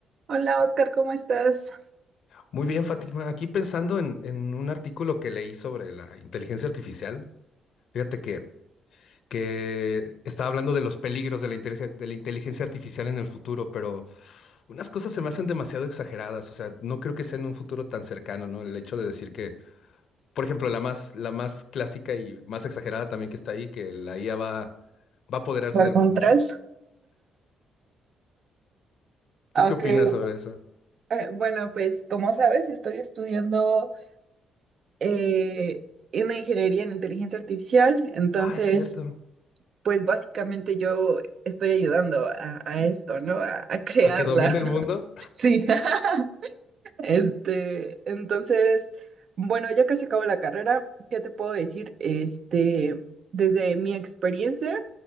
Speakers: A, on the right (about 55°); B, on the left (about 65°).
A: Hola Oscar, ¿cómo estás?
B: Muy bien, Fátima. Aquí pensando en, en un artículo que leí sobre la inteligencia artificial, fíjate que, que estaba hablando de los peligros de la, inteligen- de la inteligencia artificial en el futuro, pero unas cosas se me hacen demasiado exageradas. O sea, no creo que sea en un futuro tan cercano, ¿no? El hecho de decir que, por ejemplo, la más, la más clásica y más exagerada también que está ahí, que la IA va, va a apoderarse
A: Por
B: del
A: control.
B: mundo, ¿no?
A: Ok,
B: ¿Tú qué opinas
A: eh,
B: sobre eso?
A: bueno, pues como sabes, estoy estudiando eh, una ingeniería en inteligencia artificial, entonces,
B: Ah, es cierto.
A: pues básicamente yo estoy ayudando a, a esto, ¿no? A, a crearla.
B: ¿A que domine el
A: <laughs>
B: mundo?
A: Sí. <laughs> Este, entonces, bueno, ya casi acabo la carrera, ¿qué te puedo decir? Este, desde mi experiencia,